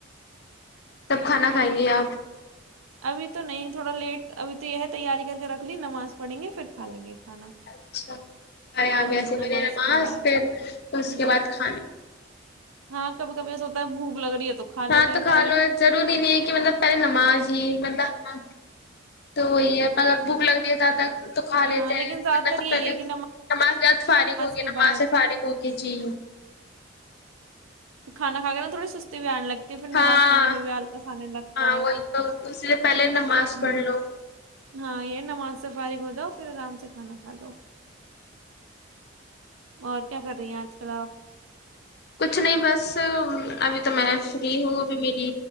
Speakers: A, on the left; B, on the right.
A: سب کھانا کھائیں گے آپ
B: ابھی تو نہیں تھوڑا لیٹ ابھی تو یہ تیاری کر کے رکھ لی نماز پڑیں گے پھر کھا لیں گے کھانا
A: اچھا ہمارے یہاں
B: ہوں
A: پسے بہلے نماز
B: کے بعد
A: پھر اس
B: ہوں
A: کے بعد کھانا
B: ہاں کب کبھی ایس ہوتا ہے بوک لگ رہی ہے تو لیتے
A: ہاں
B: ہیں
A: تو کھا
B: پہلے
A: لو ضروری نہیں ہے کہ مطلب پہلے نماز ہی مطلب ہاں تو وہی اگر بھوک لگتی ہے زیادہ تو کھا لیتے
B: ہاں لیکن
A: ہیں
B: زیادہ
A: ورنہ
B: تر
A: تو
B: یہی
A: پہلے
B: ہے کہ
A: نماز یاد فارغ ہوگی
B: کے
A: نماز
B: بعد
A: سے فارغ ہوگی جی
B: کھانا کھا کے نہ تھوڑی سستی بھی آ لگتی پھر نماز
A: ہاں
B: پڑھنے میں بھی ہلکاس آنے لگتا
A: ہاں
B: ہے
A: وہی تو اس لیے پہلے نماز
B: ہمم
A: پڑھ لو
B: ہاں یہ نماز سے فارگ ہو جاو پھر آرام سے کھانا کھا لو اور کیا کر رہی ہیں آج کل آپ
A: کچھ نہیں بس ابھی تو میں فری ہوں میری